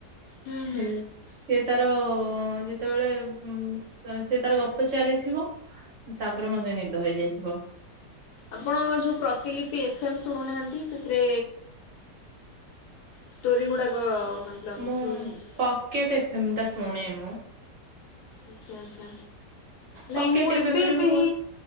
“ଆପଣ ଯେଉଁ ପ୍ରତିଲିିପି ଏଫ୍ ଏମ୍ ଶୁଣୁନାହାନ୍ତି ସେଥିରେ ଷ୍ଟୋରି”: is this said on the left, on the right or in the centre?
Left